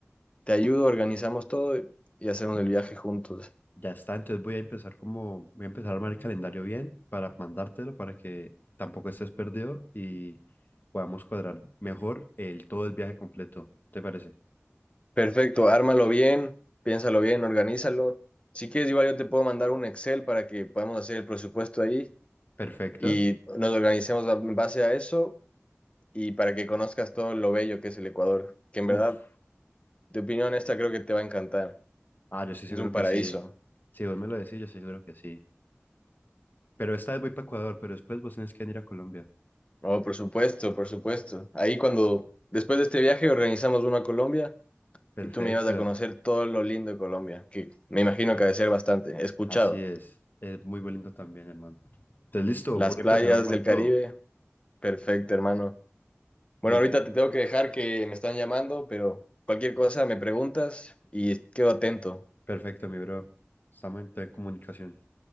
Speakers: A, on the left; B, on the left.
A: te ayudo, organizamos todo y hacemos el viaje juntos.
B: Ya está, entonces voy a empezar como, voy a empezar a armar el calendario bien para mandártelo para que tampoco estés perdido y podamos cuadrar mejor el todo el viaje completo. ¿Qué ¿Te parece?
A: Perfecto, ármalo bien, piénsalo bien, organízalo. Si quieres, igual yo te puedo mandar un Excel para que podamos hacer el presupuesto ahí
B: Perfecto.
A: y nos organicemos en base a eso y para que conozcas todo lo bello que es el Ecuador, que en
B: Uf.
A: verdad De opinión esta creo que te va a encantar.
B: Ah, yo estoy seguro
A: Es un paraíso.
B: que sí. Si vos me lo decís, yo estoy seguro que sí. Pero esta vez voy para Ecuador, pero después vos tenés que venir a Colombia.
A: Oh, por supuesto, por supuesto. Ahí cuando, después de este viaje, organizamos uno a Colombia
B: Perfecto.
A: y tú me ibas a conocer todo lo lindo de Colombia, que me imagino que ha de ser bastante. He escuchado.
B: Así es. Es muy bonito también, hermano. Entonces, listo,
A: Las
B: voy
A: playas
B: a empezar a armar
A: del Caribe,
B: todo.
A: perfecto, hermano. Bueno,
B: Listo.
A: ahorita te tengo que dejar que me están llamando, pero cualquier cosa me preguntas y quedo atento.
B: Perfecto, mi bro. Estamos en en comunicación.